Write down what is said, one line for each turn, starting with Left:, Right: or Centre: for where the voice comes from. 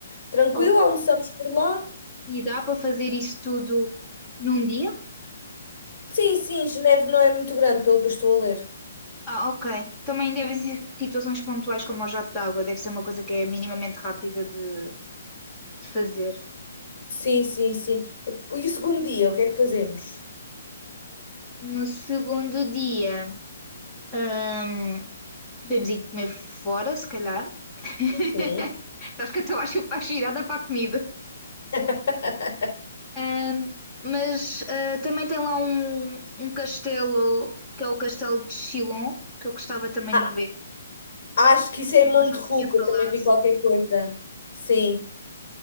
Left: tranquilo,
Centre: Ok.
Left: almoçamos por lá.
Centre: E dá para fazer isso tudo num dia?
Left: Sim, sim, Geneve não é muito grande, pelo que eu estou a ler.
Centre: Ah, ok. Também devem ser situações pontuais como o jato de água, deve ser uma coisa que é minimamente rápida de, de fazer.
Left: Sim, sim, sim. E, e o segundo dia, o que é que fazemos?
Centre: No segundo dia, hum, podemos ir comer fora, se calhar. <laughs>
Left: Sim.
Centre: Sabes que eu estou a chupar girada para a comida.
Left: <laughs>
Centre: Hum, mas ah, também tem lá um, um castelo, que é o castelo de Chilon, que eu gostava também
Left: Ah,
Centre: de ver.
Left: acho que isso é
Centre: O irmão
Left: em Monterruca,
Centre: já me tinha falado.
Left: também vi qualquer coisa. Sim.